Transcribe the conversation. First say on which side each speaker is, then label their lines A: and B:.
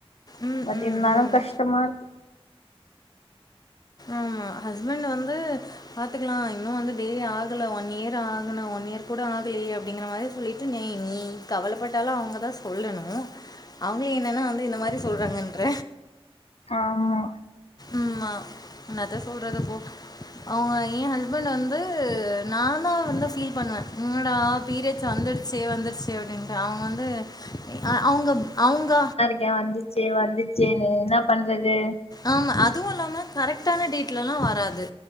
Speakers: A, on the left (about 40°); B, on the left (about 80°).
A: ம்
B: பட்
A: ம்
B: இருந்தாலு
A: ம்
B: கஷ்டமா இரு
A: ஆமா ஹஸ்பண்ட் வந்து பாத்துக்கலா இன்னும் வந்து டெ ஆகல ஒன் இயர் ஆகல ஒன் இயர் கூட ஆகலயே அப்டிங்கிற மாதிரி சொல்லிட்டு நீ கவலைப்பட்டாலு அவங்கதா சொல்லணும் அவங்க என்னன்னா வந்து இந்த மாதிரி சொல்றாங்கன்ற
B: ஆமா
A: உம்மா என்னத சொல்றது போ அவங்க எய ஹஸ்பண்ட் வந்து நான வந்து பண்ணுவ என்னடா பீரியட்ஸ் வந்தடுச்ச ச வந்துருச்சே அப்டின்ற அவங்க வந்து அவங்க அவங்க
B: ன் வந்துச்சே வந்துச்சேன்னு என்ன பண்றது
A: ஆமா அதுவும் இல்லாம கரெக்டான டேட்ல எல்லா வராது